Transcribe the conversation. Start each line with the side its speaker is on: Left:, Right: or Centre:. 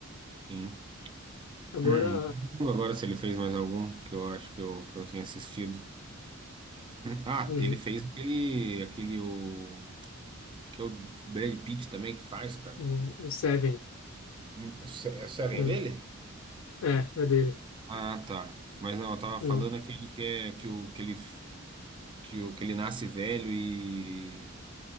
Right: Sim. <clears throat>
Left: Agora,
Right: Não lembro agora se ele fez mais algum que eu acho que eu, que eu tenha assistido. Ah,
Left: hum,
Right: ele fez aquele, aquele o, que é o Brad Pitt também que faz, cara.
Left: o, o Seven,
Right: Hum, É o Se- é o Seven
Left: hum,
Right: dele?
Left: é, é dele.
Right: Ah, tá. Mas não, eu tava
Left: Hum,
Right: falando aquele que é que o que ele que o que ele nasce velho e,